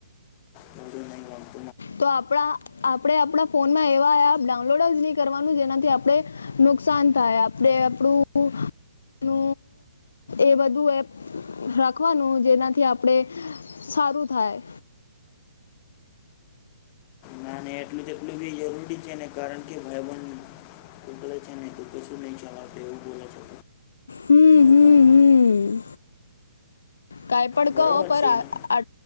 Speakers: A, on the left (about 20°); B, on the left (about 70°).
A: વધુ નહીં ગણવાનું.
B: તો આપણા આપણે આપણા ફોનમાં એવા એપ ડાઉનલોડ જ નહી કરવાનું જેનાથી આપણે. નુકસાન થાય આપણે આપણું એ બધું એપ, રાખવાનું જેનાથી આપડે સારું થાય.
A: નાને એટલું તેટલું બી જરૂરી છે. ને કારણ કે ભાઈબધ. તું ક છે. નહી તો કશું નહી ચાલતે એવું બોલા છે.
B: હમ
A: હું
B: હમ
A: કોણ
B: હમ કાય પણ
A: બરોબર
B: કહો પણ
A: છે
B: અ
A: ને
B: આ